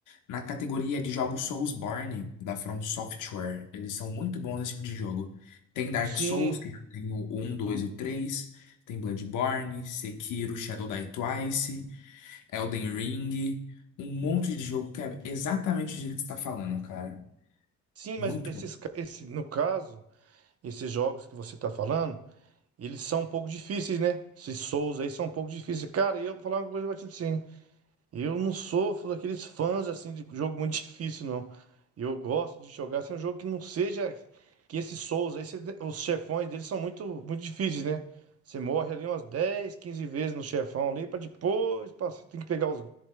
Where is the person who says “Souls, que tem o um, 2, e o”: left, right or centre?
Left